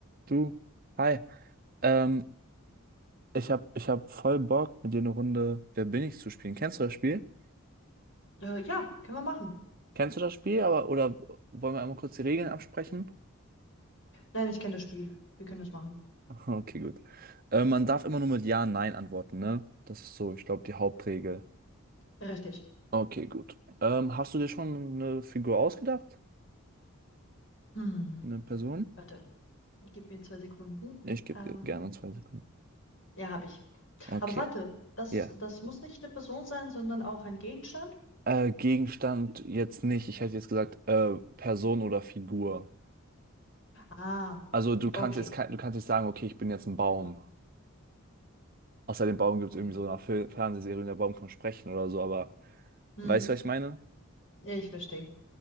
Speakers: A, on the right; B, on the left.
A: Du, hi. Ähm, ich hab, ich hab voll Bock, mit dir eine Runde Wer bin ich zu spielen. Kennst du das Spiel?
B: Äh, ja, können wir machen.
A: Kennst du das Spiel, aber oder wollen wir einmal kurz die Regeln absprechen?
B: Nein, ich kenne das Spiel. Wir können das machen.
A: <laughs> Okay, gut. Äh, man darf immer nur mit Ja, Nein antworten, ne? Das ist so, ich glaube, die Hauptregel.
B: Richtig.
A: Okay, gut. Ähm, hast du dir schon eine Figur ausgedacht?
B: Hm,
A: Eine Person?
B: warte, gib mir zwei Sekunden.
A: Ich gebe
B: Ähm,
A: dir gerne zwei Sekunden.
B: ja, habe ich.
A: Okay,
B: Aber warte, das,
A: ja.
B: das muss nicht eine Person sein, sondern auch ein Gegenstand?
A: Äh, Gegenstand jetzt nicht. Ich hätte jetzt gesagt, äh, Person oder Figur.
B: Ah,
A: Also du
B: okay.
A: kannst jetzt kein, du kannst nicht sagen, okay, ich bin jetzt ein Baum. Außer dem Baum gibt es
B: Okay.
A: irgendwie so eine Fil- Fernsehserie, und der Baum kann sprechen oder so, aber
B: Hm,
A: weißt du, was ich meine?
B: ja, ich verstehe.